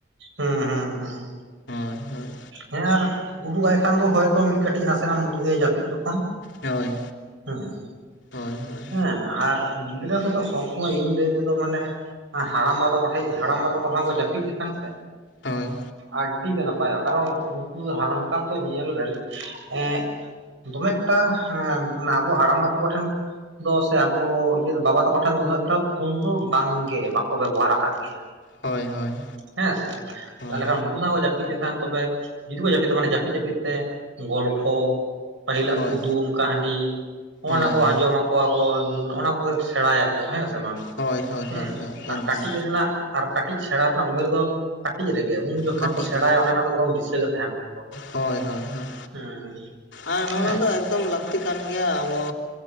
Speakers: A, on the right (about 80°); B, on the left (about 70°).
A: ᱦᱩᱸ ᱦᱩᱸ ᱦᱩᱸ
B: ᱦᱳᱭ ᱦᱳᱭ,
A: ᱦᱮᱸ ᱟᱨ ᱩᱫᱩᱜ ᱟᱭ ᱠᱷᱟᱱ ᱫᱚ ᱦᱚᱭᱛᱳ ᱢᱤᱫ ᱠᱟᱹᱴᱤᱡ ᱱᱟᱥᱮᱱᱟᱜ ᱟᱢ ᱩᱫᱩᱜ ᱟᱭᱟ ᱡᱟᱹᱯᱤᱫ ᱡᱚᱠᱷᱚᱱ
B: ᱦᱳᱭ
A: ᱦᱩᱸ
B: ᱦᱳᱭ ᱦᱳᱭ
A: ᱦᱮᱸ ᱟᱨ ᱜᱤᱫᱽᱨᱟᱹ ᱠᱚᱫᱚ ᱥᱚᱵ ᱥᱚᱢᱚᱭ ᱤᱧ ᱞᱟᱹᱭ ᱛᱮᱫᱚ ᱢᱟᱱᱮ ᱦᱟᱲᱟᱢ ᱵᱟ ᱛᱟᱠᱚ ᱴᱷᱮᱡ ᱦᱟᱲᱟᱢ ᱵᱟ ᱛᱟᱠᱚ ᱥᱟᱶ ᱠᱚ ᱡᱟᱯᱤᱫ ᱞᱮᱠᱷᱟᱱ ᱥᱮ
B: ᱦᱳᱭ,
A: ᱟᱹᱰᱤ ᱜᱮ ᱱᱟᱯᱟᱭᱚᱜ ᱠᱟᱨᱚᱱ ᱩᱱᱠᱩ ᱦᱟᱲᱟᱱ ᱛᱟᱨ ᱫᱚ ᱧᱮᱞ ᱨᱮᱱ ᱮᱸ ᱫᱚᱢᱮ ᱮᱠᱴᱟ ᱮᱸ ᱟᱵᱚ ᱦᱟᱲᱟᱢ ᱵᱟ ᱛᱟᱠᱚ ᱴᱷᱮᱱ ᱫᱚ ᱥᱮ ᱟᱵᱚ ᱤᱭᱟᱹ ᱵᱟᱵᱟ ᱛᱟᱠᱚ ᱴᱷᱮᱱ ᱫᱚ ᱩᱱᱟᱹᱜ ᱴᱟᱣ ᱯᱷᱳᱱ ᱫᱚ ᱵᱟᱝᱜᱮ ᱵᱟᱠᱚ ᱵᱮᱵᱚᱦᱟᱨ ᱟᱠᱟᱫ᱾ ᱜᱮᱭᱟ᱾
B: ᱦᱳᱭ ᱦᱳᱭ᱾
A: ᱦᱮᱸ ᱥᱮ᱾
B: ᱦᱳᱭ
A: ᱛᱟᱦᱚᱞᱮ ᱠᱷᱟᱱ ᱩᱱᱠᱩ ᱥᱟᱶ ᱡᱟᱹᱯᱤᱫ ᱞᱮᱠᱷᱟᱱ ᱛᱚᱵᱮ ᱡᱩᱫᱤ ᱠᱚ ᱡᱟᱹᱯᱤᱫᱟ ᱢᱟᱱᱮ ᱡᱟᱹᱯᱤᱫ ᱡᱟᱹᱯᱤᱫ ᱛᱮ ᱜᱚᱞᱯᱷᱚ ᱯᱟᱹᱦᱤᱞᱟᱜ
B: ᱦᱳᱭ
A: ᱠᱩᱫᱩᱢ ᱠᱟᱹᱦᱱᱤ᱾ ᱱᱚᱜ
B: ᱦᱳᱭ
A: ᱱᱟ ᱠᱚ
B: ᱦᱳᱭ
A: ᱟᱸᱡᱚᱢ ᱟᱠᱚᱣᱟ ᱠᱚ ᱱᱚᱜ ᱱᱚᱣᱟ ᱠᱚ ᱜᱮ ᱥᱮᱬᱟᱭᱟ ᱠᱚ ᱦᱮᱸ ᱥᱮ ᱵᱟᱝ
B: ᱦᱳᱭ ᱦᱳᱭ
A: ᱦᱩᱸ
B: ᱦᱳᱭ ᱮᱠᱫᱚᱢ
A: ᱟᱨ ᱠᱟᱹᱴᱤᱡ ᱨᱮᱱᱟᱜ ᱟᱨ ᱠᱟᱹᱴᱤᱡ ᱥᱮᱬᱟ ᱨᱮᱱᱟᱜ ᱩᱢᱮᱨ ᱫᱚ ᱠᱟᱹᱴᱤᱡ ᱨᱮᱜᱮ ᱩᱱ ᱡᱚᱠᱷᱟ
B: ᱠᱟᱹᱴᱤᱡ
A: ᱠᱚ ᱥᱮᱬᱟᱭᱟ
B: ᱨᱮᱜᱮ
A: ᱚᱱᱮ ᱚᱱᱟ ᱫᱚ ᱵᱚ ᱨᱟᱱ ᱫᱤᱥᱟᱹ ᱜᱮ ᱛᱟᱦᱮᱱ ᱛᱟᱠᱚᱣᱟ
B: ᱦᱳᱭ ᱦᱳᱭ ᱦᱳᱭ
A: ᱦᱮᱸ
B: ᱟᱨ ᱱᱚᱜ
A: ᱦᱮᱸ
B: ᱱᱚᱣᱟ ᱫᱚ ᱮᱠᱫᱚᱢ ᱞᱟᱛ ᱞᱟᱹᱠᱛᱤ ᱠᱟᱱ ᱜᱮᱭᱟ ᱟᱵᱚ